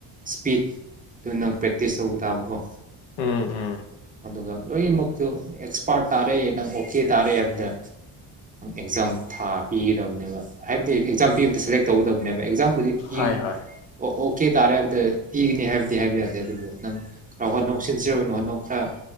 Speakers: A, on the right; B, on the left.
A: ꯁ꯭ꯄꯤꯠꯇꯨ ꯅꯪ ꯄ꯭ꯔꯦꯛꯇꯤꯁ ꯇꯧꯕ ꯇꯥꯕꯀꯣ꯫
B: ꯎꯝ ꯎꯝ꯫
A: ꯑꯗꯨꯒ ꯂꯣꯏꯅꯃꯛꯇꯨ ꯑꯦꯛꯁꯄꯥꯔꯠ ꯇꯥꯔꯑꯦ ꯅꯪ ꯀꯦ ꯇꯥꯔꯦ ꯍꯥꯏꯕꯗ ꯑꯦꯛꯖꯥꯝ ꯊꯥꯕꯤꯒꯗꯕꯅꯦꯕ ꯍꯥꯏꯕꯗꯤ ꯑꯦꯛꯖꯥꯝ ꯄꯤꯕꯗ ꯁꯦꯂꯦꯛ ꯇꯧꯒꯗꯕꯅꯦꯕ꯫ ꯑꯦꯛꯖꯥꯝꯕꯨꯗꯤ ꯄꯤ-
B: ꯍꯣꯏ ꯍꯣꯏ
A: ꯑꯣ ꯀꯦ ꯇꯥꯔꯦ ꯍꯥꯏꯕꯗ ꯄꯤꯒꯅꯤ ꯍꯥꯏꯕꯗꯤ ꯍꯥꯏꯕ ꯌꯥꯗꯦ ꯑꯗꯨꯕꯨ ꯅꯪ ꯈꯔ ꯍꯣꯠꯅꯧ ꯁꯤꯟꯁꯤꯌ꯭ꯔ ꯑꯣꯏꯅ ꯍꯣꯠꯅꯧ ꯈꯔ